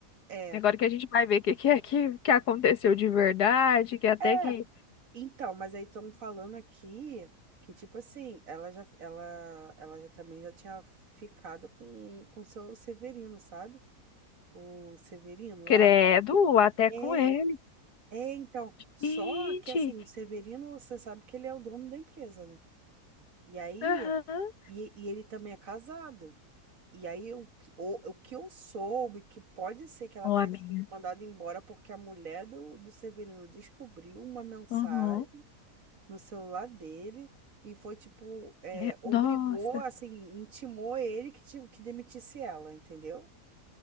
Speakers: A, on the right; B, on the left.
A: é.
B: Agora que a gente vai ver o que, que é que, que aconteceu de verdade, que até
A: É.
B: que,
A: Então, mas aí estão falando aqui que, tipo assim, ela já, ela, ela já também já tinha ficado com, com o seu Severino, sabe? O Severino
B: credo,
A: lá.
B: até
A: É,
B: com ele.
A: é, então. Só
B: Gente,
A: que assim, o Severino, você sabe que ele é o dono da empresa, né? E aí,
B: aham,
A: e, e ele também é casado. E aí, o, que- o, o que eu soube, é que pode ser que ela
B: Ó,
A: tenha
B: amiga.
A: sido mandada embora porque a mulher do, do Severino descobriu uma mensagem
B: Uhum.
A: no celular dele e foi, tipo, é,
B: É,
A: obrigou,
B: Nossa.
A: assim, intimou ele que, ti- que demitisse ela, entendeu?